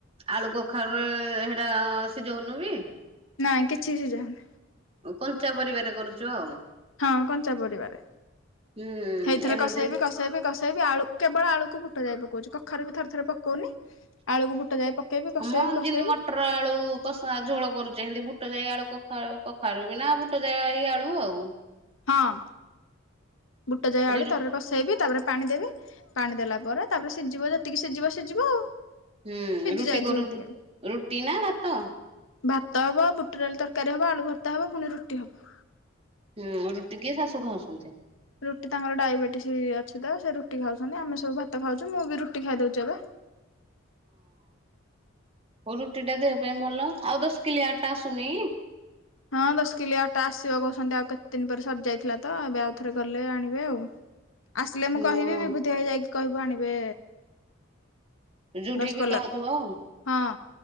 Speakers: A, on the right; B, on the left.
A: ଆଳୁ କଖାରୁରେ ସେଟା ସିଝଉନୁ କି?
B: ନାଇଁ କିଛି ସିଝା ହୁଉନି।
A: ଆଉ କଞ୍ଚା ପରିବାରେ କରୁଚ ଆଉ।
B: ହଁ କଞ୍ଚା ପରିବାରେ
A: ହୁଁ
B: ହେଇଥିରେ
A: ଏମିତି
B: କଷେଇବି କଷେଇବି କସେଇ ବି ଆଳୁ କେବଳ ଆଳୁକୁ ବୁଟ ଯାଇ ପକଉଛି କଖାରୁ ବି ଥରେ ଥରେ ପକଉନି ଆଳୁକୁ ବୁଟ ଯାଇ ପକେଇବି କଷେଇବି
A: ହଁ ମ
B: କଷେଇବି
A: ଯେମିତି ମଟର ଆଳୁ କଷା ଝୋଳ କରୁଛ ଏମିତି ବୁଟ ଯାଇ ଆଳୁ କ କଖାରୁ ବିନା ବୁଟ ଜାଇ ଆଳୁ ଆଉ।
B: ହଁ ବୁଟ ଯାଇ
A: ପୁଣି
B: ଆଳୁ
A: ରୁ
B: ତ କଷେଇବି ତାପରେ ପାଣି ଦେବେ ପାଣି ଦେଲା ପରେ ତାପରେ ସିଝିବ ଯେତିକି ସିଝିବ ସିଝିବ ଆଉ।
A: ହୁଁ
B: ସିଝି
A: ରୁଟି
B: ଯାଇଥିବ
A: କରୁ
B: ହେତିକଳୁ
A: ରୁଟି ନା ଭାତ?
B: ଭାତ ହବ ବୁଟ ଡଲି ତରକାରୀ ହବ ଆଳୁ ଭର୍ତ୍ତା ହବ ପୁଣି ରୁଟି ହବ।
A: ହୁଁ ରୁଟି କିଏ? ଶାଶୁ ଖାଉଛନ୍ତି।
B: ରୁଟି ତାଙ୍କର ଡାଇବେଟିସ୍ ଅଛି ତ ସେ ରୁଟି ଖାଉଛନ୍ତି। ଆମେ ସବୁ ଭାତ ଖାଉଛୁ ମୁଁ ବି ରୁଟି ଖାଇଦଉଛି ଏବେ।
A: ହଉ ରୁଟି ଟା ଦେହ ପାଇଁ ଭଲ ଆଉ ଦଶକିଲିଆ ଅଟା ଆସୁନି?
B: ହଁ ଦଶ କିଲୋ ଅଟା ଆସିବ କହୁଛନ୍ତି ଆଉ କେତେ ଦିନ ପରେ ସରିଯାଇଥିଲା ତ ଏବେ ଆଉଥରେ ଗଲେ ଆଣିବେ ଆଉ। ଆସିଲେ ମୁଁ
A: ହଁ
B: କହିବି ବିଭୂତି ହେଇ ଯାଇକି କହିବୁ ଆଣିବେ।
A: ରୁଟି
B: ଦଶପଲ୍ଲାରୁ
A: ବି ଖାଉଥିବ ଆଉ।
B: ହଁ